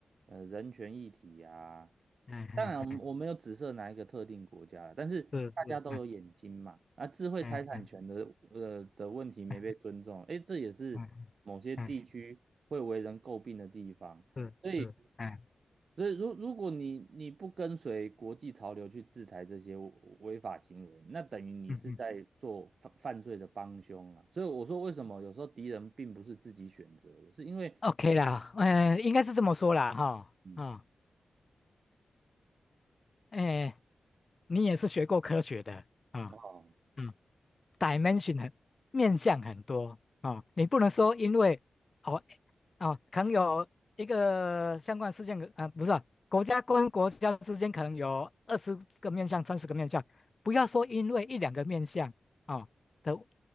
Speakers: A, on the right; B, on the left.
A: 呃，人权议题呀、
B: 嗯嗯嗯，
A: 当然，我们我没有指涉哪一个特定国家了，
B: 嗯
A: 但是大家都有眼睛嘛。
B: 是是，嗯
A: 啊，智慧财产权的呃的问题没被尊重，
B: 嗯嗯
A: 诶，这也是某些地区会为人诟病的地方。
B: 嗯嗯嗯，是是，
A: 所以，
B: 嗯
A: 所以如如果你你不跟随国际潮流去制裁这些违违法行为，那等于你是在做犯犯罪的帮凶啊。
B: 嗯嗯。
A: 所以我说，为什么有时候敌人并不是自己选择的，是因为。
B: OK 啦，嗯，应该是这么说啦，哈，
A: 嗯，
B: 啊，哎，你也是学过科学的啊，
A: 哦，
B: 嗯，dimension 很面向很多啊，你不能说因为哦哦，可能有一个相关事件的，啊，不是啊国家跟国家之间可能有二十个面向、三十个面向，不要说因为一两个面向啊都